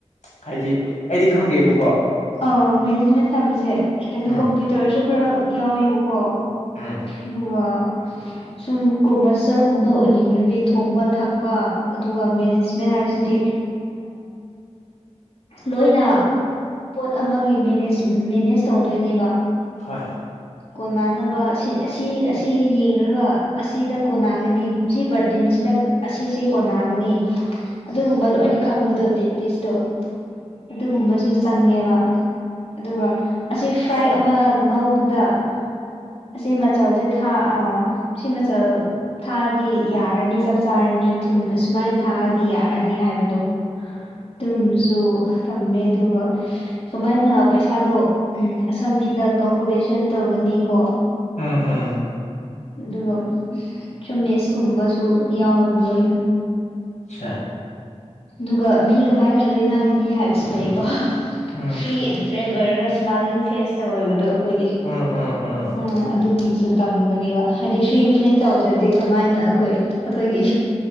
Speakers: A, on the left; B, on the left.
A: ꯍꯥꯏꯗꯤ ꯑꯩꯗꯤ ꯈꯪꯗꯦꯕ
B: ꯑ ꯃꯦꯅꯦꯖꯃꯦꯟ ꯇꯝꯁꯦ ꯀꯩꯅꯣ
A: ꯎꯝ
B: ꯀꯝꯄ꯭ꯌꯨꯇꯔꯁꯨ ꯈꯔ ꯌꯥꯎꯋꯦꯕꯀꯣ
A: ꯎꯝ
B: ꯑꯗꯨꯒ ꯁꯨꯝ ꯃꯁꯇꯔꯒꯨꯝꯕ ꯑꯣꯏꯅꯤꯡꯉꯗꯤ ꯊꯣꯡꯕ ꯊꯥꯛ ꯑꯗꯨꯒ ꯃꯦꯅꯦꯖꯃꯦꯟ ꯍꯥꯏꯁꯤꯗꯤ ꯂꯣꯏꯅ ꯄꯣꯠ ꯑꯃꯒꯤꯅꯦ ꯃꯦꯅꯦꯖ ꯇꯧꯗꯣꯏꯅꯦꯕ
A: ꯍꯣꯏ
B: ꯀꯣꯟꯅꯅꯕ ꯑꯁꯤ ꯑꯁꯤ ꯑꯁꯤ ꯌꯦꯡꯂꯡꯒ ꯑꯁꯤꯗ ꯀꯣꯟꯅꯒꯅꯤ ꯁꯤ ꯕꯔꯠ ꯇꯤꯟꯁꯤꯗ ꯑꯁꯤꯁꯦ ꯀꯣꯟꯅꯒꯅꯤ ꯑꯗꯨꯒꯨꯝꯕ ꯂꯣꯏꯅ ꯈꯪꯕꯗꯣ ꯇꯦꯛꯇꯤꯁ ꯣ ꯑꯗꯨꯒꯨꯝꯕꯁꯨ ꯆꯪꯉꯦꯕ ꯑꯗꯨꯒ ꯑꯁꯤ ꯐ꯭ꯔꯥꯏ ꯑꯃ ꯉꯧꯕꯗ ꯑꯁꯤ ꯃꯆꯜꯁꯦ ꯑꯥ ꯁꯤ ꯃꯆꯜ ꯊꯥꯑꯗꯤ ꯌꯥꯔꯅꯤ ꯆꯞ ꯆꯥꯔꯅꯤ ꯊꯨꯝ ꯁꯨꯃꯥꯏꯅ ꯊꯥꯛꯑꯗꯤ ꯌꯥꯔꯅꯤ ꯍꯥꯏꯕꯗꯣ ꯑꯗꯨꯒꯨꯝꯕꯁꯨ ꯇꯝꯃꯦ ꯑꯗꯨꯒ ꯀꯃꯥꯏꯅ ꯄꯩꯁꯥꯗꯣ ꯎꯝ ꯑꯁꯝꯕꯤꯗ ꯀꯨꯔꯦꯁꯟ ꯇꯧꯒꯅꯤꯀꯣ
A: ꯎꯝ ꯎꯝ
B: ꯑꯗꯨꯒ ꯆꯨꯝꯃꯦꯁꯀꯨꯝꯕꯁꯨ ꯌꯥꯎꯋꯦꯕ ꯂꯣꯏꯅ
A: ꯑꯆꯥ
B: ꯑꯗꯨꯒ ꯃꯤ ꯀꯃꯥꯏꯅ ꯂꯣꯏꯅꯒꯅꯤ ꯍꯥꯏꯕꯁꯨ ꯂꯩꯌꯦꯀꯣ
A: ꯎꯝ
B: ꯐ꯭ꯔꯤ ꯑꯦꯟ ꯐ꯭ꯔꯦꯟ ꯑꯣꯏꯔꯒ ꯏꯁꯃꯥꯏꯂꯤꯡ ꯐꯦꯁ ꯇꯧꯕꯗꯣ ꯑꯩꯈꯣꯏꯗꯤ
A: ꯎꯝ ꯎꯝ ꯎꯝ ꯎꯝ
B: ꯑ ꯑꯗꯨꯒꯨꯝꯕꯁꯨ ꯇꯝꯒꯅꯤꯕ ꯍꯥꯏꯗꯤ ꯐ꯭ꯔꯤ ꯐꯦꯟ ꯇꯧꯗ꯭ꯔꯗꯤ ꯀꯃꯥꯏꯅ ꯑꯩꯈꯣꯏ ꯑꯩꯈꯣꯏꯒꯤ